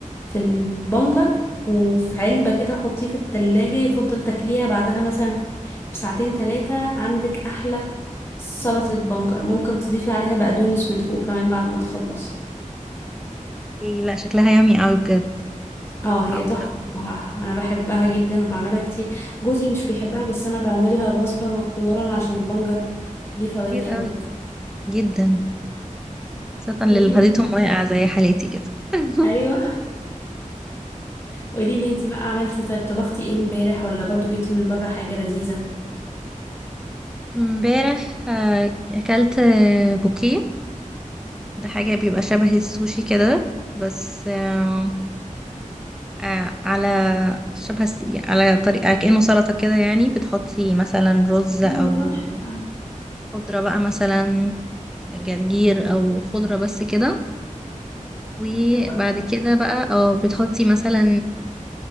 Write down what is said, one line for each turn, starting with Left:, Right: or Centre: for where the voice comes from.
Left: في البنجر وفي علبة كده وحطيه في التلاجة يفضل تاكليها بعدها مثلا بساعتين تلاتة عندك أحلى سلطة بنجر ممكن تضيفي عليها بقدونس من فوق كمان بعد ما تخلصي
Centre: اوكي لا شكلها يامي قوي بجد
Left: اه
Centre: هعمل
Left: هي تحفة بصراحة أنا بحبها جدا وبعملها كتير جوزي مش بيحبها بس أنا بعملها غصبا واقتدارا عشان البنجر ليه
Centre: <laughs>
Left: فوائد
Centre: كتير
Left: حلوة
Centre: قوي
Left: كتير
Centre: جدا خاصه للي
Left: قولي
Centre: حديثهم
Left: لي
Centre: واقع زي حالتي كده <laughs>
Left: أيوه قولي لي أنتي بقى عملتي طيب طبختي إيه امبارح ولا برضو جبتي من بره حاجة لذيذة؟
Centre: امبارح آه، اكلت آه، بوكيه ده حاجه بيبقى شبه السوشي كده بس آه، آه، على شبه الس- يعني على طريقة كأنه سلطة كده يعني بتحطي مثلا رز
Left: اه
Centre: أو
Left: تحفة
Centre: خضرة بقى مثلا جرجير أو خضرة بس كده وبعد
Left: حلوة أوي
Centre: كده بقى اه بتحطي مثلا